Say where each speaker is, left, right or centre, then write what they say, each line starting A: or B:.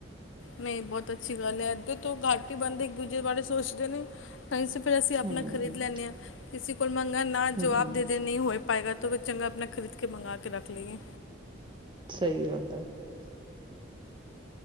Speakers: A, on the left; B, on the right.
A: ਨਹੀਂ ਬਹੁਤ ਅੱਛੀ ਗੱਲ ਹੈ ਇੱਧੇ ਤੋਂ ਘਾਟੀ ਬੰਦੇ ਇੱਕ ਦੂਜੇ ਬਾਰੇ ਸੋਚਦੇ ਨੇ ਤਾਂ ਸ ਫਿਰ ਅਸੀਂ ਆਪਣਾ
B: ਹਮ
A: ਖਰੀਦ ਲੈਂਦੇ ਹਾਂ ਕਿਸਸੀ ਕੋੂਰ ਮੰੰ ਨਾ ਜਵਾਬ
B: ਹਮ
A: ਦੇ ਦੇ ਨਹੀਂ ਹੋ ਪਾਏਗਾ ਫਿਰ ਚੰਗਾ ਆਪਣਾ ਖਰੀਦ ਕੇ ਮੰਗਾ ਕੇ ਰੱਖ ਲਈਏ
B: ਸਹੀ ਗੱਲ ਤਾਂ